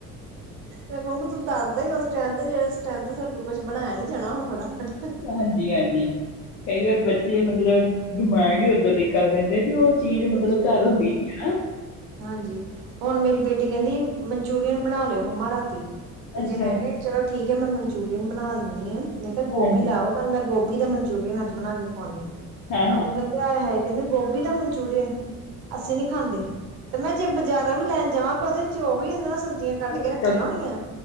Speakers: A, on the right; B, on the left.
A: ਮੈਂ ਕਹੂੰਗੀ ਤੂੰ ਦੱਸਦਾ ਹੀ ਉਸ ਸਟਰੈਂਥ <unintelligible> ਜਿਹੜੇ ਸਾਡੇ ਕੋਲ ਕੁਛ ਬਣਾਇਆ ਨੀ ਜਾਣਾ ਹੁਣ ਫਟਾ ਫਟ
B: ਹਾਂਜੀ- ਹਾਂਜੀ ਕਈ ਵਾਰ ਬੱਚੇ ਮਤਲਬ ਡਿਮਾਂਡ ਹੀ ਓਦਾਂ ਦੀ ਕਰ ਦਿੰਦੇ ਵੀ ਉਹ ਚੀਜ਼
A: ਬਿਲਕੁਲ
B: ਮਤਲਬ
A: ਜੀ ਬਿਲਕੁਲ
B: ਘਰ ਹੁੰਦੀ ਨੀ ਨਾ
A: ਹਾਂਜੀ ਹੁਣ ਮੇਰੀ ਬੇਟੀ ਕਹਿੰਦੀ ਮਨਚੂਰੀਅਨ ਬਣਾ ਲਿਓ ਮੰਮਾ ਰਾਤੀ ਤੇ
B: ਅੱਛਾ
A: ਜੇ ਮੈਂ ਕਿਹਾ ਚਲੋ ਠੀਕ ਹੈ ਮੈਂ ਮਨਚੂਰੀਅਨ ਬਣਾ ਦਿੰਦੀ ਹਾਂ ਮੈਂ ਕਿਹਾ ਗੋਭੀ
B: ਹਾਂਜੀ
A: ਲੈ ਆਓ ਮੈਂ ਗੋਭੀ ਦਾ ਮਨਚੂਰੀਅਨ ਅੱਜ ਬਣਾ ਕੇ ਖਵਾਣੀ
B: ਹਾਂ
A: ਅੱਗੋਂ
B: ਹਾਂ
A: ਕਹਿੰਦੇ ਆ ਹੈ ਕਹਿੰਦੇ ਗੋਭੀ ਦਾ ਮਨਚੂਰੀਅਨ ਅਸੀਂ ਨੀ ਖਾਂਦੇ ਤੇ ਮੈਂ ਜੇ ਬਾਜ਼ਾਰਾਂ ਵੀ ਲੈਣ ਜਾਵਾਂਗੇ ਉਹਦੇ ਚ ਉਹੀ ਆਦਾ ਨਾ ਸਬਜ਼ ਜ਼ੀਆਂ ਕੱਟ
B: ਉਹੀ
A: ਕੇ ਰੱਖੀਆਂ
B: ਸਭ
A: ਹੋਣੀਆਂ